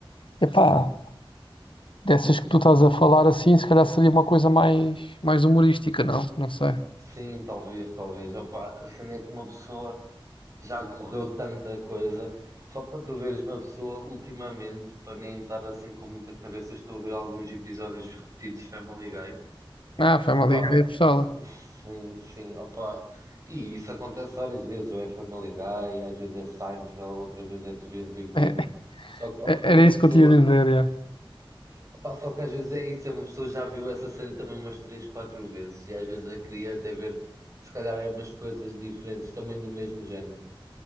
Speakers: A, on the left; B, on the right.
A: Epá, Dessas que tu estás a falar assim, se calhar seria uma coisa mais, mais humorística, não? Não sei.
B: Sim, talvez, talvez. Opa, a cena é que uma pessoa. Já correu tanta coisa. Só para tu veres uma pessoa, ultimamente, para nem estar assim com muita cabeça, estou a ver alguns episódios repetidos de Family Guy.
A: Ah, Family
B: Pá,
A: Guy é pistola.
B: sim, sim, opá. E isso acontece várias vezes, ou é Family Guy, às vezes é Seinfeld, outra vez é Teoria do Big Bang.
A: É,
B: Só que, opá,
A: é-
B: uma
A: era isso
B: pessoa,
A: que eu tinha a dizer, já.
B: opá, só que às vezes é isso, é uma pessoa já viu essa série também umas três, quatro vezes, e às vezes já queria até ver, se calhar, é umas coisas diferentes, também do mesmo género.